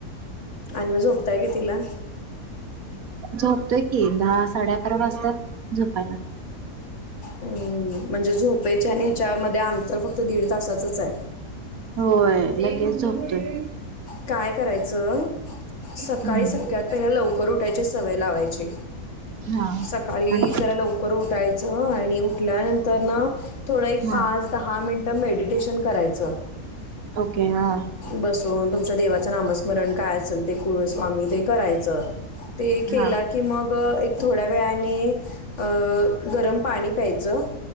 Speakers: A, on the left; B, on the right.
A: आणि मग झोपताय किती ला?
B: झोपतोय की, दहा साडे अकरा वाजतात झोपायला.
A: हं, म्हणजे झोपेच्या आणि ह्याच्यामध्ये अंतर फक्त दीड तासाचंच आहे.
B: होय लगेच झोपतोय.
A: काय करायचं? सकाळी
B: हम्म
A: सगंळ्यात पहिले लवकर उठायची सवय लावायचे.
B: हा
A: सकाळी
B: आणि
A: जरा लवकर उठायचं आणि उठल्यानंतर ना, थोडं एक
B: हा
A: पाच दहा मिनिटं मेडिटेशन करायचं.
B: ओके हा.
A: बसून तुमच्या देवाचं नामस्मरण काय असेल ते कुळ स्वामी ते करायचं. ते केलात
B: हा
A: कि मग एक थोड्या वेळाने अ गरम पाणी प्यायचं.